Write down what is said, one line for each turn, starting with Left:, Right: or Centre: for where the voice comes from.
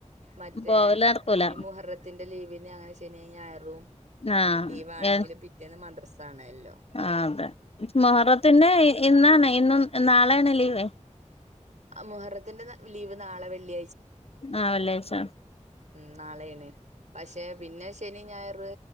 Right: മറ്റേ
Left: പോവല് നടക്കൂല
Right: ഈ മുഹറത്തിന്റെ ലീവ് അങ്ങനെ ശനി, ഞായറും
Left: ആഹ്
Right: ലീവാണെങ്കിലും
Left: എ
Right: പിറ്റേന്ന് മദ്റസാണല്ലേ
Left: ആഹ് അതെ മുഹറത്തിന്റെ ഇന്നാണ് ഇന്നും നാളേണ് ലീവേ
Right: മുഹറത്തിന്റെ ലീവ് നാളെ വെള്ളി
Left: ആഹ് വെള്ള്യയ്ച്ച
Right: മ് നാളേണ് പക്ഷെ പിന്നെ ശനി ഞായറ്